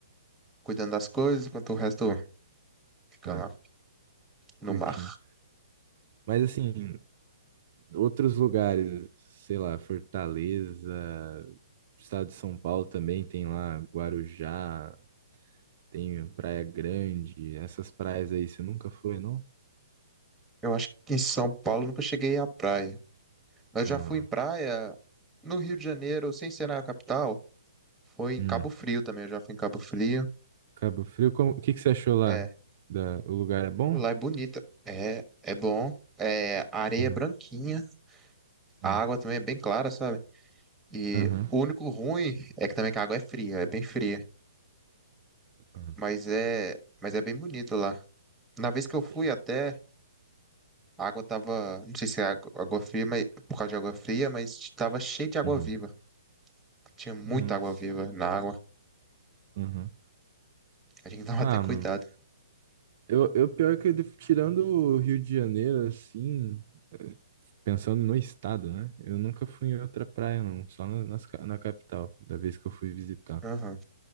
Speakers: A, in the centre; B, on the right (about 45°).
A: cuidando das coisas, enquanto o resto fica
B: Ah,
A: lá no
B: curtindo.
A: mar.
B: Mas assim, outros lugares, sei lá, Fortaleza, estado de São Paulo também tem lá Guarujá, tem Praia Grande, essas praias aí você nunca foi, não?
A: Eu acho que em São Paulo eu nunca cheguei à praia. Eu
B: Ah,
A: já fui em praia no Rio de Janeiro, sem ser na capital. Foi em
B: hum.
A: Cabo Frio também, eu já fui em Cabo Frio.
B: Cabo Frio, como- o que que você achou lá?
A: É,
B: Da, o lugar é bom?
A: pô, lá é bonita. É, é bom. É, a areia
B: Uhum.
A: é branquinha. A
B: Sim.
A: água também é bem clara, sabe? E
B: Aham.
A: o único ruim é que também que a água é fria, é bem fria.
B: Aham.
A: Mas é, mas é bem bonito lá. Na vez que eu
B: Sim.
A: fui até, a água tava, não sei se é água, água fria, mas por causa de água fria, mas tava cheio de água
B: Uhum.
A: viva. Tinha muita
B: Nossa.
A: água viva na água.
B: Aham.
A: A gente <laughs> tava
B: Ah,
A: até cuidado.
B: mano. Eu, eu pior que eu def- tirando o Rio de Janeiro, assim, eh, pensando no estado, né? Eu nunca fui em outra praia, não. Só na, nas ca- na capital, da vez que eu fui visitar.
A: Aham,